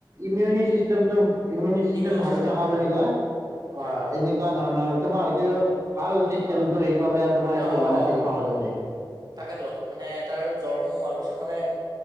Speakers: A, on the right; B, on the right.
A: ইমিউনি চিষ্টেমটো ইমিউনি চিষ্টেম
B: ইমিউন
A: ভাল থকা
B: হয়
A: বুলি
B: হয়
A: কয়।
B: হয়
A: এনে তেনেকুৱা ধৰণৰ আৰু তোমাৰ হয়তো ভাল চিষ্টেমটো
B: হয়
A: সেই বাবে তোমাৰ একো
B: অ'
A: হোৱা নাছিল সহজতে।
B: তাকেতো মানে তাৰ জ্বৰসমূহ হোৱাৰ পিছত মানে